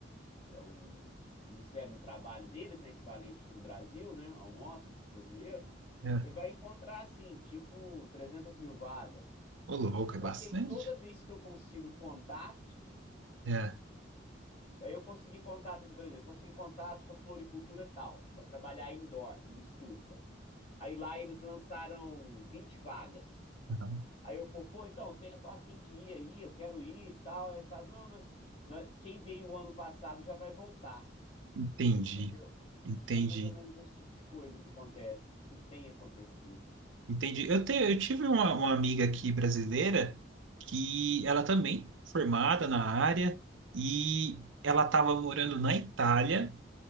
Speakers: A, on the left; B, on the right.
A: que é o Ministério do Trabalho deles, né, equivalente aqui no Brasil, né, ao nosso brasileiro,
B: É.
A: você vai encontrar assim, tipo 300 mil vagas.
B: Ô, louco,
A: Só
B: é bastante.
A: que aí toda vez que eu consigo contato,
B: É.
A: aí eu consegui contato, assim, por exemplo, consegui contato com a floricultura tal, para trabalhar indoor, em estufa. Aí lá eles lançaram 20 vagas.
B: Aham.
A: Aí eu falo, pô, então, tem- tô a de ir aí, eu quero ir e tal. Aí eles falam, não, nós, nós- quem veio o ano passado já vai voltar,
B: Entendi.
A: entendeu?
B: Entendi.
A: É mais ou menos esse tipo de coisa que acontece, que tem acontecido.
B: Entendi. Eu, te, eu tive uma, uma amiga aqui brasileira que ela também formada na área e ela estava morando na Itália